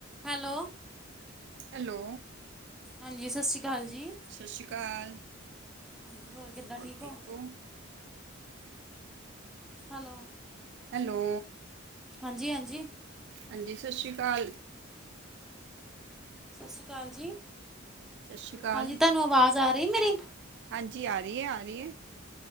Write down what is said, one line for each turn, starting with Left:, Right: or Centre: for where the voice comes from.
Centre: Hello.
Right: Hello.
Centre: ਹਾਂਜੀ, ਸਸ ਸੀ਼ ਕਾਲ ਜੀ।
Right: ਸ਼ਸੀ਼ ਕਾਲ।
Centre: ਹਾਂਜੀ, ਹੋਰ ਕਿੱਦਾਂ
Right: ਔਰ, ਠੀਕ
Centre: ਹੋ?
Right: ਔ?
Centre: ਹੈਲੋ।
Right: ਹੈਲੋ।
Centre: ਹਾਂਜੀ-ਹਾਂਜੀ।
Right: ਹਾਂਜੀ, ਸਸ ਸ੍ਰੀ ਕਾਲ।
Centre: ਸਸ ਸੀ਼ ਕਾਲ ਜੀ,
Right: ਸਤਿ ਸ਼੍ਰੀ ਅਕਾਲ
Centre: ਹਾਂਜੀ ਤੁਆਨੂੰ ਆਵਾਜ਼ ਆ ਰਈ ਏ ਮੇਰੀ?
Right: ਹਾਂਜੀ, ਆ ਰਈ ਐ, ਆ ਰਈ ਐ।